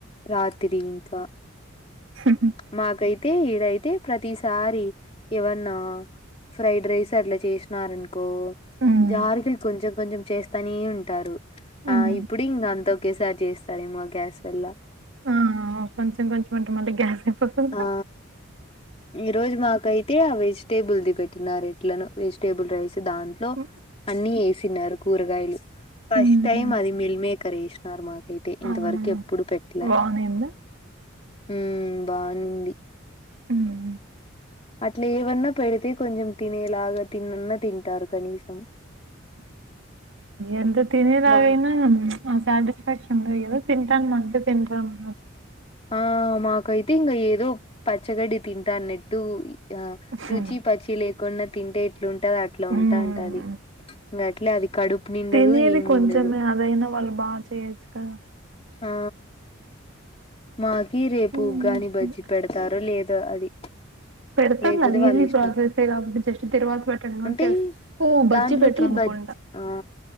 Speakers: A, on the left; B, on the right.
A: రాత్రి ఇంకా
B: మ్మ్.
A: మాకైతే అయితే ప్రతిసారి ఏమన్నా ఫ్రైడ్ రైస్ అట్లా చేసినారు రనుకో
B: హ్మ్.
A: జారకులు కొంచెం కొంచెం చేస్తానే ఉంటారు
B: హ్మ్.
A: ఆ ఇప్పుడు ఇంకా అంత ఒకేసారి చేస్తారేమో గ్యాస్ వల్ల
B: ఆ కొంచెం కొంచెం అంటే మళ్ళి గ్యాస్ అయిపోతది గా
A: ఆ ఈ రోజు మాకై తే ఆ వెజిటేబుల్ ది పెట్టినారు ఎట్లనో వెజిటేబుల్ రైస్ దాంట్లో
B: హ్మ్.
A: అన్ని వేసినారు కూరగాయలు ఫస్ట్
B: హ్మ్.
A: టైమ్
B: హ్మ్.
A: అది మిల్ మేకర్ వేసినారు మాకు అయితే ఇంతవరకు
B: అవును.
A: ఎప్పుడు పెట్లా
B: బానేందా?
A: ఉమ్ బావుంది
B: హ్మ్.
A: అట్లా ఏవన్నా పెడితే కొంచెం తినేలాగా తిన్నన్నా తింటారు కనీసం
B: ఎంత తినేలాగైనా
A: మా
B: ఆ సాటిస్ఫాక్షన్ ఉండదు కదా తింటానమంటే తింటాన్నం
A: ఆ మాకైతే ఇంకా ఏదో పచ్చగడ్డి తింటాన్నట్టు ఆ
B: హ్మ్.
A: రుచి పచి లేకుండా తింటే ఎట్లా ఉంటది అట్లా
B: హ్మ్.
A: ఉంటాంటది ఇంకట్లే అది కడుపు నిండదు
B: తినేది
A: ఏం
B: కొంచమే
A: నిండదు
B: అదైనా వాళ్ళు బాచేయొచ్చు కదా
A: ఆ మా కి రేపు
B: హ్మ్.
A: ఉగ్గాని బజ్జి పెడతారో లేదో అది
B: పెడతారులే
A: లేకపోతే
B: అది
A: వాళ్ళ
B: ఈజీ
A: ఇష్టం
B: ప్రాసెస్సే కాబట్టి జస్ట్ తిరగాబాతు పెట్టండం
A: అంటే
B: చేస్తా ఊ బజ్జ
A: దాంట్లోకి
B: పెట్ట్ర అనుకుంటా
A: ఆ